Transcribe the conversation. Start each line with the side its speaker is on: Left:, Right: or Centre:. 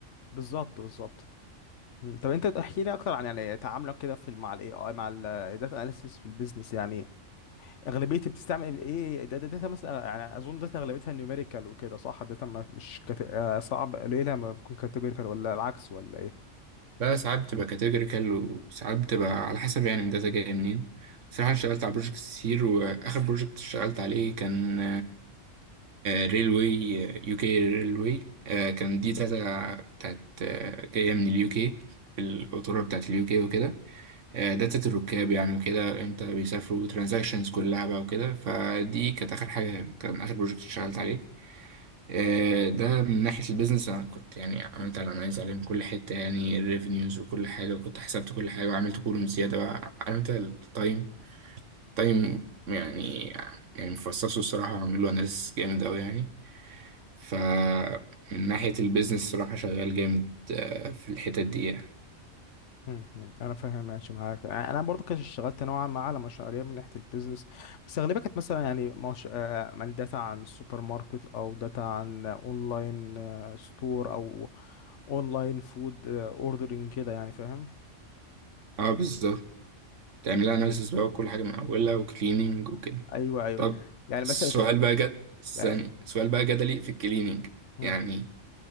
Left: بالظبط بالظبط مم. طب انت احكي لي اكتر عن يعني تعاملك كده في مع الاي اي مع الداتا اناليسيس في البيزنس يعني اغلبيه بتستعمل ايه داتا داتا مثلا يعني اظن داتا اغلبيتها نيوميريكال وكده صح الداتا ما- مش كت... آه، صعب قليله ما بتكون كاتيجوريكال ولا العكس ولا ايه
Right: بقى ساعات بتبقى كاتيجوريكال وساعات بتبقى على حسب يعني الداتا جايه منين صراحة أنا اشتغلت على بروجكتس كتير وآخر بروجكت اشتغلت عليه كان ريلوي يو كي ريلوي كان دي داتا بتاعت آه، جاية من اليو كي القطورة بتاعت اليو كي وكده آه، داتا الركاب يعني وكده امتى بيسافروا ترانزاكشنز كلها بقى وكده فدي كانت اخر حاجه كان اخر بروجكت اشتغلت عليه آه، ده من ناحيه البيزنس انا كنت يعني عملت الانايز عليه من كل حته يعني الريفينيوز وكل حاجه كنت حسبت كل حاجه وعملت كولوم زياده بقى عملت التايم تايم يعني يعني مفصصه الصراحه وعامل له اناليسيس جامد قوي يعني ف من ناحيه البيزنس الصراحه شغال جامد آه، في الحتت دي يعني
Left: مم. مم. انا فاهم ماشي معاك يعني انا برضو كنت اشتغلت نوعا ما على مشاريع من ناحيه البيزنس بس اغلبها كانت مثلا يعني مش... آه، من داتا عن سوبر ماركت او داتا عن اونلاين ستور او اونلاين فود اوردرنج كده يعني فاهم
Right: اه بالظبط تعملها اناليسيس بقى وكل حاجه من اولها وكليننج وكده
Left: ايوه ايوه
Right: طب
Left: يعني
Right: السؤال
Left: مثلا تع-
Right: بقى جد ثاني
Left: يعني
Right: سؤال بقى جدلي في الكليننج
Left: مم.
Right: يعني